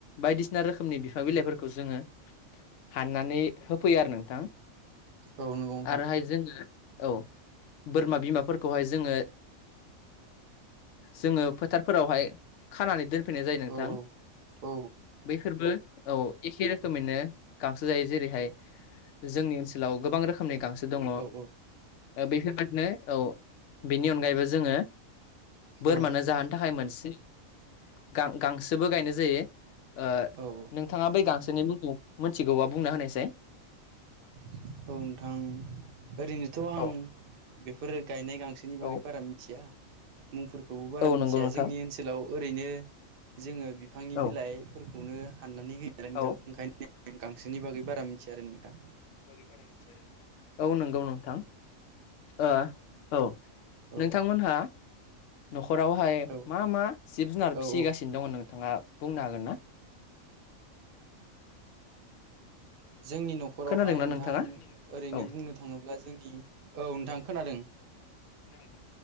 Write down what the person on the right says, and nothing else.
औ नंगौ नोंथां
औ औ औ
औ
औ
औ औ
औ नोंथां ओरैनोथ' आं
बेफोरो गायनाय गांसे सोनि
बागै बारा मिथिया मुंफोरखौबो बारा
मिथिया
जोंनि ओनसोलाव ओरैनो जोङो बिफांनि
बिलाइफोरखौनो हाननानै होयोलाय नोंथां
ओंखायनो गांसोनि बागै बारा मिथिया आरो नोंथां
औ
औ
औ
औ
जोंनि न'खरावहाय
नोंथां
ओरैनो
बुंनो थाङोब्ला जोंनि औ नोंथां खोनादों